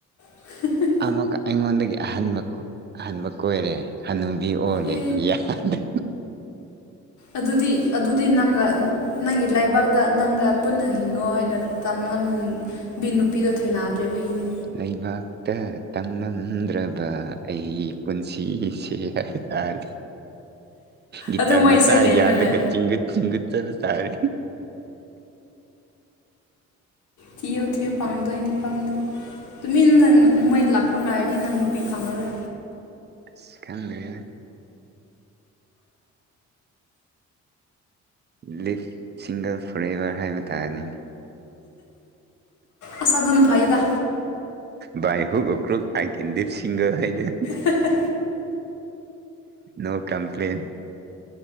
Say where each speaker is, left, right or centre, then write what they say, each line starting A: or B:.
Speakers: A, on the left; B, on the right.
A: <unintelligible>
B: ꯑꯃꯨꯛꯁ ꯑꯩꯉꯣꯟꯗꯒꯤ ꯑꯍꯟꯕ ꯑꯍꯟꯕ ꯀꯣꯏꯔꯦ ꯍꯅꯨꯕꯤ ꯑꯣꯜꯂꯦ
A: ꯑꯦ
B: ꯌꯥꯗꯔꯦ
A: ꯑꯗꯨꯗꯤ ꯑꯗꯨꯗꯤ ꯅꯪꯒ ꯅꯪꯒꯤ ꯂꯩꯕꯥꯛꯇ ꯅꯪꯒ ꯄꯨꯟꯅ ꯍꯤꯉꯣ ꯍꯥꯏꯅ ꯇꯝꯂꯝꯕꯤ ꯅꯨꯄꯤꯗꯣ ꯊꯦꯡꯅꯗ꯭ꯔꯤꯕꯒꯤꯅꯤ
B: ꯂꯥꯏꯕꯛꯇ ꯇꯥꯡꯂꯝꯝꯗ꯭ꯔꯕ ꯑꯩꯒꯤ ꯄꯨꯟꯁꯤꯁꯦ <unintelligible> ꯇꯥꯔꯗꯤ ꯒꯤꯇꯥꯔ
A: ꯑꯗꯨ ꯃꯣꯏ
B: ꯃꯆꯥ
A: ꯏꯁꯩ ꯂꯩꯕ꯭ꯔꯅꯦ
B: ꯌꯥꯜꯂꯒ ꯆꯤꯡꯒꯠ ꯆꯤꯡꯒꯠ ꯆꯁꯥꯏ
A: ꯊꯤꯌꯣ ꯊꯤꯌꯣ ꯐꯪꯗꯣꯏꯅꯤ ꯐꯪꯅꯤ ꯇꯨꯃꯤꯟꯅ ꯃꯣꯏ ꯂꯥꯛꯄ ꯉꯥꯏꯔꯗꯤ ꯅꯪ ꯅꯨꯄꯤ ꯐꯪꯉꯔꯣꯏ
B: ꯑꯁ ꯈꯪꯗꯦꯅꯦ ꯂꯤꯞ ꯁꯤꯡꯒꯜ ꯐ꯭ꯔꯦꯜꯂꯤ ꯍꯥꯏꯕ ꯇꯥꯔꯅꯤ
A: ꯑꯁ ꯑꯗꯨꯅ ꯐꯩꯗ
B: ꯕꯥ ꯍꯨꯛ ꯑꯣ ꯀ꯭ꯔꯨꯛ ꯑꯥꯏ ꯀꯦꯟ ꯂꯤꯞ ꯁꯤꯡꯒꯔ ꯍꯥꯏꯗ
A: ꯍꯥ ꯍꯥ
B: ꯅꯣ ꯀꯝꯄ꯭ꯂꯦꯟ